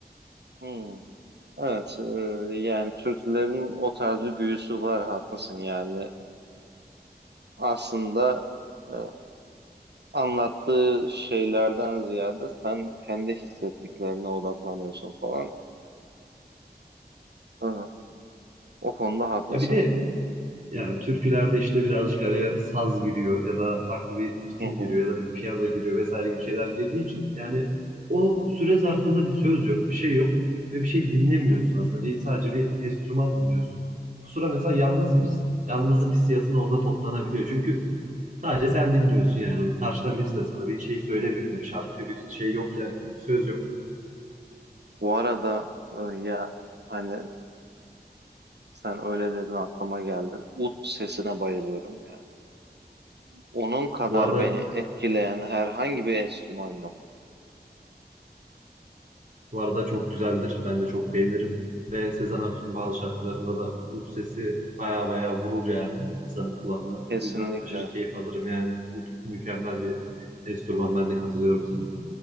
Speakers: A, on the right; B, on the right.
A: Hmm. Evet, e, yani türkülerin o tarz bir büyüsü var, haklısın yani. Aslında e, anlattığı şeylerden ziyade sen kendi hissettiklerine odaklanıyorsun falan. E, o konuda haklısın.
B: Ya bir de Yani türkülerde işte birazcık araya saz giriyor ya da farklı bir ritim
A: Hı hı.
B: giriyor ya da bir piyano giriyor vesaire gibi şeyler girdiği için yani o süre zarfında bir söz yok, bir şey yok ve bir şey dinlemiyorsun aslında. Bir, sadece bir enstrüman dinliyorsun. Bu sıra mesela yalnız mısın? Yalnızlık hissiyatın orada toplanabiliyor. Çünkü sadece sen dinliyorsun yani onu. Karşıdan birisi de sana bir şey söylemiyor. Ne bir şarkı, bir şey yok yani. Söz yok.
A: Bu arada e, ya hani sen öyle dedin aklıma geldi. Ut sesine bayılıyorum ya. Onun kadar
B: Bu arada
A: beni etkileyen herhangi bir enstrüman yok.
B: Bu arada çok güzeldir. Ben de çok beğenirim. Ve Sezen Aksu'nun bazı şarkılarında da ut sesi baya baya vurur yani insanın kulağına.
A: Kesinlikle,
B: Bu yüzden aşırı keyif alırım yani. Ut mükemmel bir enstrüman. Ben de katılıyorum sana.